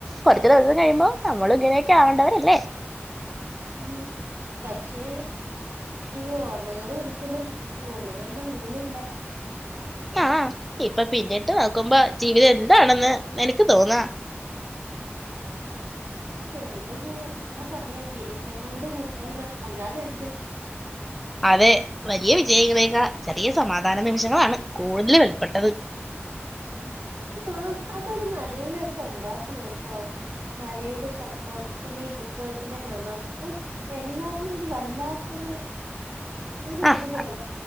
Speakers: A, in the centre; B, on the right.
A: കൊറച്ച് ദിവസം കഴിയുമ്പോ നമ്മളും ഇങ്ങനെയൊക്കെ ആവണ്ടവരല്ലേ
B: ഉം പക്ഷേ ഈ ഓർമ്മകൾ ഒരിക്കലും പൂർണ്ണമായി <unintelligible>
A: ആ ഇപ്പൊ പിന്നെ ട്ട് നോക്കുമ്പോ ജീവിതം എന്താണെന്ന് നിനക്ക് തോന്നാ.
B: ചെറിയൊരു ഉപ്പാ പറയാൻ നിമിഷങ്ങളുടെ കൂട്ടായ്മ അല്ലാതെന്ത്
A: അതെ വലിയ വിജയിക്ക്ന്നേക്കാ ചെറിയ സമാധാന നിമിഷങ്ങളാണ് കൂടുതൽ വെലപ്പെട്ടത്.
B: ആ അതൊരു നല്ല സംഭാഷണാണ് ട്ടോ മഴയുടെ ശബ്ദം പിന്നെ ഈ പുസ്തകത്തിന്റെ മണം എല്ലാന്നൊരു വല്ലാത്തൊരു ഒരു
A: ആഹ്
B: ഇതുപോലെ